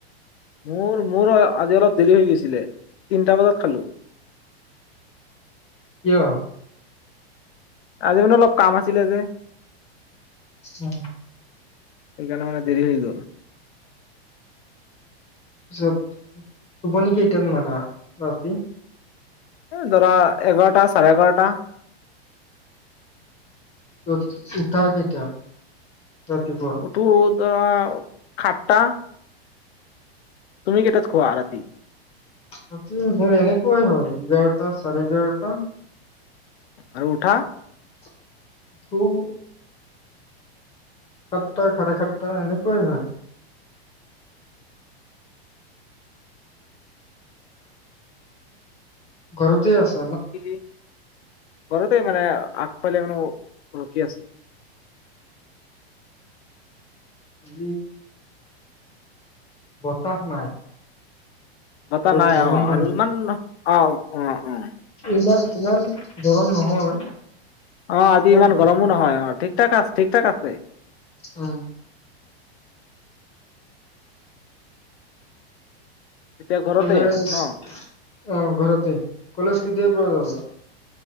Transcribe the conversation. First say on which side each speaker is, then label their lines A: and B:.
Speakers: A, on the left; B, on the left.
A: মোৰ মোৰ আজি অলপ দেৰি হৈ গৈছিলে। তিনটা বজাত খালো
B: কিয়?
A: আজি মানে অলপ কাম আছ ছিলে যে।
B: চাৰ
A: সেইকাৰণে মানে দেৰি হৈ গ'ল।
B: চ'ব টোপনি কেইটা মাৰা ৰাতি।
A: ধৰা এঘাৰটা, চাৰে এঘাৰটা।
B: উঠ, উঠা কেইটাত? ৰাতিপুৱা
A: উঠো ধৰা, সাতটা। তুমি কেইটাত শুৱা ৰাতি?
B: ৰাতি মোৰ এনেকুৱাই হয় এঘাৰটা, চাৰে এঘাৰটা।
A: আৰু উঠা?
B: <unintelligible> সাতটা, চাৰে সাতটা এনেকুৱাই হয়। ঘৰতে আছ
A: <unintelligible> ঘৰতেই মানে অ, আগফালে মানে ৰখি আছোঁ।
B: যি বতাহ নাই।
A: বতা
B: অলপ
A: নাই
B: গৰম
A: অ',
B: মাৰিছে
A: আৰু ইমান অ', অ', অ'।
B: ইমান ইমান গৰম নহয়।
A: অ', আজি
B: অলপ
A: ইমান
B: দিছে
A: গৰমো নহয়। অ', ঠিক-ঠাক আছ, ঠিক ঠাক আছে।
B: উম,
A: এতিয়া ঘৰতে
B: কলেজ।
A: ন
B: অ', ঘৰতে কলেজ কেতিয়া পৰা যাবা?